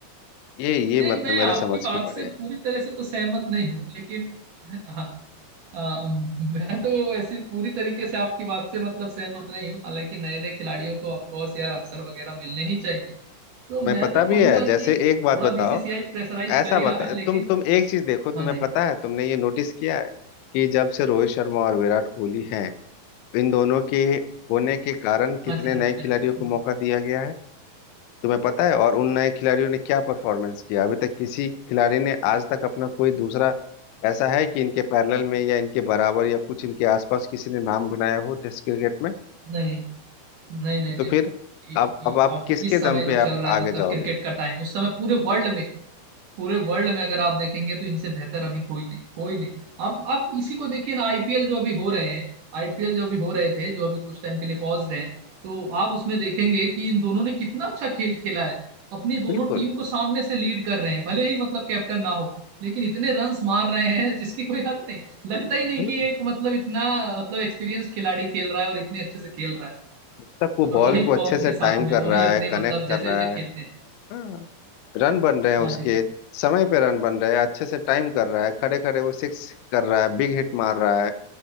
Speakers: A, on the left; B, on the right.
A: ये ये
B: नहीं
A: मतलब
B: मैं
A: मेरे
B: आपकी
A: समझ
B: बात
A: के परे
B: से
A: है
B: पूरी तरह से तो सहमत नहीं हूँ लेकिन हाँ, आ, मैं तो ऐसी पूरी तरीके से आपकी बात से मतलब सहमत नहीं हूँ हालांकि नए नए खिलाड़ियों को ऑफकोर्स यार अवसर वगैरह मिलने ही चाहिए तो
A: मैं
B: मैं
A: पता
B: तो कहूंगा
A: भी है जैसे
B: कि
A: एक बात
B: थोड़ा
A: बताओ
B: बीसीसीआई प्रेशराइज
A: ऐसा
B: कर ही
A: बता
B: रहा है लेकिन
A: तुम तुम एक चीज देखो तुम्हें
B: हाँ जी
A: पता है तुमने ये नोटिस किया है कि जब से रोहित शर्मा और विराट कोहली हैं इन दोनों के होने के कारण कितने
B: हाँ जी हाँ
A: नए
B: विराट
A: खिलाड़ियों
B: कोहली
A: को मौका दिया गया है तुम्हें पता है और उन नए खिलाड़ियों ने क्या परफॉर्मेंस किया अभी तक किसी खिलाड़ी ने आज तक अपना कोई दूसरा ऐसा है कि इनके पैरेलल में या इनके बराबर या कुछ इनके आसपास किसी ने नाम बनाया हो टेस्ट क्रिकेट में
B: नहीं नहीं नहीं नहीं
A: तो फिर
B: ये-
A: अब
B: ये-
A: अब आप
B: अब
A: किसके
B: इस समय
A: दम पे
B: जो चल
A: आप
B: रहा है
A: आगे
B: मतलब
A: जाओगे
B: क्रिकेट का टाइम उस समय पूरे वर्ल्ड में पूरे वर्ल्ड में अगर आप देखेंगे तो इनसे बेहतर अभी कोई नहीं कोई नहीं आप आप इसी को देखिए ना आईपीएल जो अभी हो रहे हैं आईपीएल जो अभी हो रहे थे जो अभी कुछ टाइम के लिए पॉज्ड हैं तो आप उसमें देखेंगे कि इन दोनों ने कितना अच्छा खेल खेला है अपनी दोनों
A: बिल्कुल
B: टीम को सामने से लीड कर रहे हैं भले ही मतलब कैप्टन ना हो लेकिन इतने रन्स मार रहे हैं <laughs> जिसकी कोई हद नहीं लगता ही नहीं
A: बिल्कुल
B: कि एक मतलब इतना मतलब एक्सपीरियंस्ड खिलाड़ी खेल रहा है और इतने अच्छे से खेल रहा है
A: तक वो
B: और
A: बॉल
B: वही
A: को अच्छे
B: फॉर्म
A: से
B: के
A: टाइम
B: साथ में
A: कर
B: वही
A: रहा है
B: अपने
A: कनेक्ट
B: मतलब जैसे
A: कर रहा
B: ये खेलते
A: है
B: हैं
A: हाँ रन बन रहे हैं
B: हाँ
A: उसके समय पे रन बन रहे हैं अच्छे से टाइम कर रहा है खड़े खड़े वो सिक्स कर रहा है बिग हिट मार रहा है